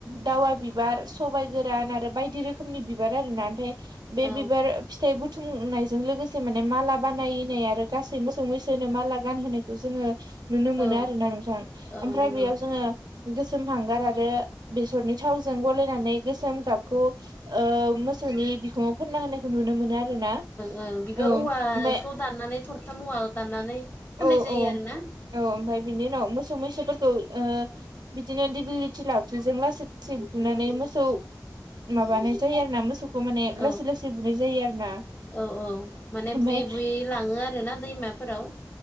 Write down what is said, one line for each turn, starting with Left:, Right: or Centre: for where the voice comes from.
Right: दावा बिबार सबाइ गोरान आरो बायदि रोखोमनि बिबार आरो ना ओमफाय बे
Left: औ
Right: बिबार फिथाइ बु थुमनायजों लोगोसे माने माला बानायनाय आरो गासै मोसौ मैसोनो माला गानहोनायखौ जोङो नुनो
Left: औ
Right: मोनो आरोना नोंथां
Left: औ
Right: ओमफ्राय
Left: नंगौ
Right: बेयाव जों जोङो गोसोम हांगार आरो बेसरनि थावजों गलायनानै गोसोम गाबखौ ओ मोसौनि बिखुङाव फोनना होनायखौ नुनो मोनो आरोना
Left: ओ बेबो
Right: औ ओमफ्राय
Left: औवाखौ दाननानै थरथाम औवा दाननानै फाननाय
Right: औ
Left: जायो
Right: औ
Left: आरो ना
Right: औ ओमफाय बिनि उनाव मोसौ मैसोफोरखौ ओ बिदिनो दिगलिथि लाउथिजों लासै लासै बुनानै मोसौ माबानाय जायो आरो ना मोसौखौ माने लासै
Left: ओं
Right: लासै बुनाय जायो आरो ना
Left: औ औ माने
Right: ओमफाय
Left: बुयै बुयै लाङो आरो ना दैमाफोराव